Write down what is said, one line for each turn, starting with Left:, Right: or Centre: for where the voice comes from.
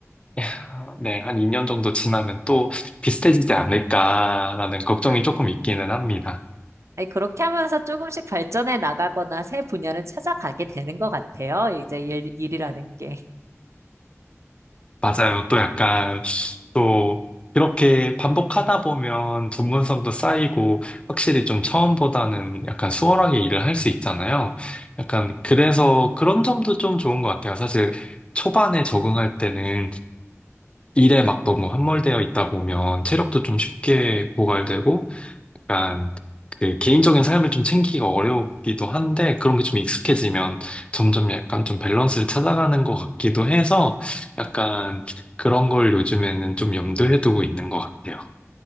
Left: 아, 네, 한 2년 정도 지나면 또 비슷해지지 않을까라는 걱정이
Right: 아,
Left: 조금 있기는 합니다.
Right: 아니, 그렇게 하면서 조금씩 발전해 나가거나 새 분야를 찾아가게 되는 것 같아요. 이제 일, 일이라는 게.
Left: 맞아요. 또 약간 또 그렇게 반복하다 보면 전문성도 쌓이고 확실히 좀 처음보다는 약간 수월하게 일을 할 수 있잖아요. 약간 그래서 그런 점도 좀 좋은 것 같아요. 사실 초반에 적응할 때는 일에 막 너무 함몰되어 있다 보면 체력도 좀 쉽게 고갈되고 약간 그 개인적인 삶을 좀 챙기기가 어려우기도 한데 그런 게 좀 익숙해지면 점점 약간 좀 밸런스를 찾아가는 것 같기도 해서 약간 그런 걸 요즘에는 좀 염두에 두고 있는 것 같아요.